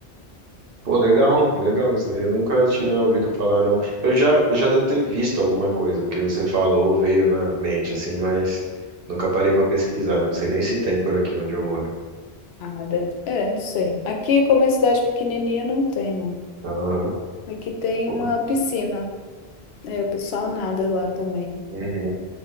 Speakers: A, on the right; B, on the left.
A: Pô, legal, legal. Isso daí eu nunca tinha ouvido falar, não. Eu já, eu já devo ter visto alguma coisa, porque você falou, veio na mente, assim, mas nunca parei pra pesquisar. Não sei nem se tem por aqui onde eu moro.
B: Ah, deve- É, não sei. Aqui, como é cidade pequenininha, não tem, não.
A: Aham.
B: Aqui tem
A: Pô,
B: uma piscina. É, o pessoal nada lá também,
A: Uhum.